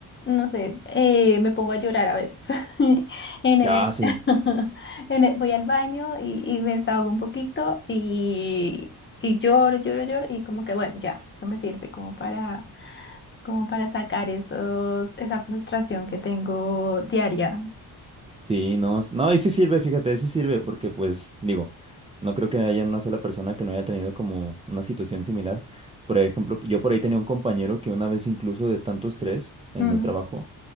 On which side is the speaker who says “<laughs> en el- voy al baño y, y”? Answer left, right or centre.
Left